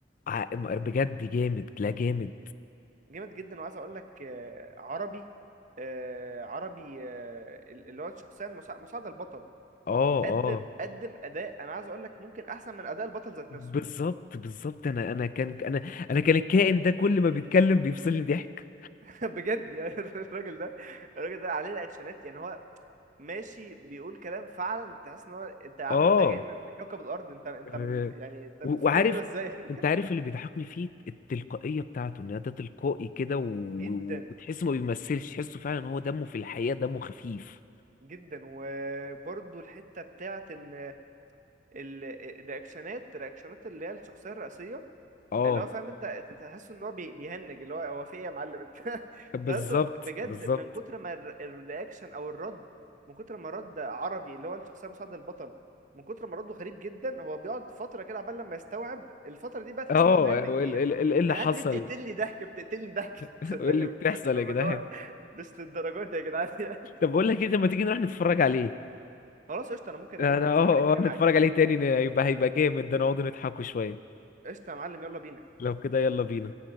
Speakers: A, on the left; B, on the right.
A: ع- بجد جامد لا جامد
B: جامد جدا وعايز اقول لك آه، عربي آه، عربي آه، اللي هو الشخصيه المسا- مساعده البطل
A: اه
B: قدم
A: آه.
B: قدم اداء انا عايز اقول لك ممكن احسن من اداء البطل ذات
A: بالظبط
B: نفسه
A: بالظبط انا انا كان انا انا كان الكائن ده كل ما بيتكلم بيفصلني ضحك
B: <laughs> بجد يعني <laughs> الراجل ده الراجل ده عليه الاكشنات يعني هو ماشي بيقول كلام فعلا تحس ان هو انت يا عم
A: اه
B: انت جاي من كوكب الارض انت انت
A: آه،
B: م- يعني انت
A: و-
B: بتفكر
A: وعارف
B: كده ازاي <laughs>
A: انت عارف اللي بيضحكني فيه التلقائية بتاعته ان ده تلقائي كده و-
B: جدا
A: وتحسه ما بيمثلش تحسه فعلا هو دمه في الحقيقة دمه خفيف
B: جدا وبرضو الحته بتاعت ان ال- الرياكشنات الرياكشنات اللي هي الشخصيه الرئيسيه
A: اه
B: اللي هو فاهم انت تحس ان هو بي- بيهنج اللي هو هو في ايه يا معلم انت <laughs>
A: بالظبط
B: تحسه بجد
A: بالظبط
B: من كتر ما الر- الرياكشن او الرد من كتر ما رد عربي اللي هو الشخصيه مساعد البطل من كتر ما رده غريب جدا هو بيقعد فتره كده عبال لما يستوعب الفتره دي بقى تحس
A: اه
B: ان هو مهنج
A: هو ايه
B: فيها
A: ال- ال- ال- إيه اللي
B: انا
A: حصل
B: انت ليه بتقتلني ضحك بتقتلني ضحك <laughs>
A: <laughs>
B: صدقني
A: ايه اللي
B: ب-
A: بتحصل
B: ببقى
A: يا جدعان
B: اللي هو مش للدرجات دي يا جدعان <laughs> يعني
A: طب بقول لك ايه طب ما تيجي نروح نتفرج عليه
B: خلاص قشطه انا ممكن
A: انا
B: اعيد واتفرج
A: اه
B: عليه تاني
A: آه، نتفرج
B: معاك
A: عليه تاني ن- يبقى هيبقى جامد ده نقعد نضحكوا شوية
B: قشطة يا معلم يلا بينا
A: لو كده يلا بينا